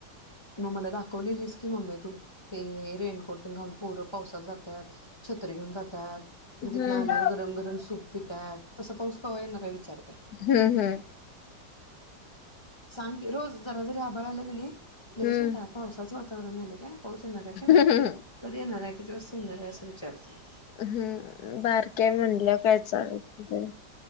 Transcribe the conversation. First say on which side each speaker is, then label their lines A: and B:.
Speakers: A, on the left; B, on the left.
A: तू मला दाखवलेलीस की मम्मी तू, ते रेनकोट घालून पोरं पावसात जात्यात, छत्री घेऊन जातात. मग
B: हम्म
A: तिथन आल्यावर गरम गरम सूप पित्यात, तसं पाऊस कवा येणार आहे विचारते.
B: हं हं
A: सांग की रोज जरा जरी आभळ आलं की नाही लगेच
B: हम्म
A: म <unintelligible> त्या पावसाच वा <unintelligible> तरना <unintelligible> का पाऊस येणार आहे काय,
B: हम्म
A: कधी येणार आहे? <unintelligible> येणार आहे असं विचारते
B: हम्म बारक्या म्हणलं काय चाल <unintelligible> तिथं?